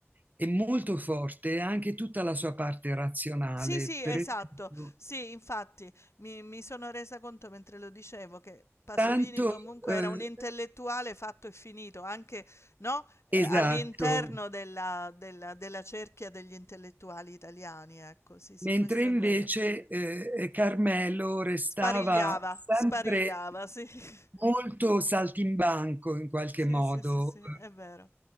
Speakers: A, on the right (about 40°); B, on the left (about 70°).
A: e molto forte anche tutta la sua parte razionale,
B: Sì, sì,
A: per
B: esatto.
A: esempio,
B: Sì, infatti mi mi sono resa conto mentre lo dicevo che Pasolini
A: tanto
B: comunque
A: eh,
B: era un intellettuale fatto e finito, anche, no, ehm,
A: esatto,
B: all'interno della della della cerchia degli intellettuali italiani, ecco. Sì, sì,
A: mentre
B: questo
A: invece
B: è vero.
A: eh, Carmelo restava
B: Sparigliava,
A: sempre
B: sparigliava, sì. <laughs>
A: molto saltimbanco in qualche
B: Sì,
A: modo.
B: sì, sì, sì, è vero.